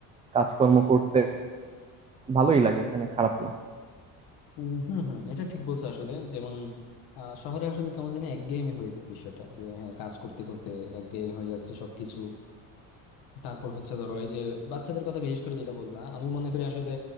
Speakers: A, on the right; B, on the left.
A: কাজকর্ম করতে ভালোই লাগে এখানে খারাপ না
B: উম হুম হম এটা ঠিক বলছো আসলে যেমন আহ, শহরে আসলে কেমন জানি একঘেয়েমি হয়ে যায় বিষয়টা যে হ্যাঁ কাজ করতে করতে একঘেয়েমি হয়ে যাচ্ছে সবকিছু তারপর হচ্ছে ধরো এই যে বাচ্চাদের কথা বিশেষ করে যেটা বললা আমি মনে করি আসলে